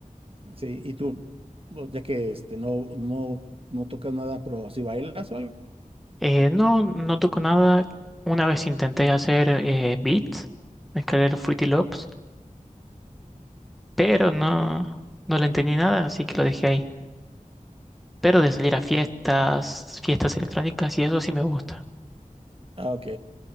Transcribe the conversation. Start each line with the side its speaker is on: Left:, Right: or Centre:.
Right: Sí, y tú, o- ya que este, no, no, no tocas nada, pero si bailas o algo.
Centre: Eh, no, no toco nada. Una vez intenté hacer eh, beats, mezclar Fruity Loops, pero no, no le entendí nada, así que lo dejé ahí. Pero de salir a fiestas, fiestas electrónicas y eso sí me gusta.
Right: Ah, ok,